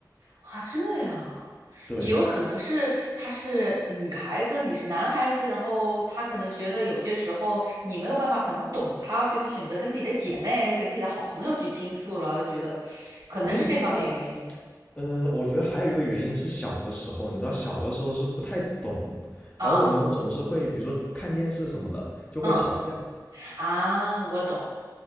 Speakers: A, on the right (about 80°); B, on the left (about 20°).
A: 啊？这样啊，
B: 对，
A: 也有可能是他是女孩子，你是男孩子，然后他可能觉得有些时候你没有办法很能懂他，所以他选择跟自己的姐妹、跟自己的好朋友去倾诉了，就觉得可能是这方面原因
B: 嗯，那呃，我觉得还有一个原因是小的时候，你知道小的时候是不太懂，
A: 啊，
B: 然后我们总是会比如说看电视什么的就会吵架。
A: 嗯啊，我懂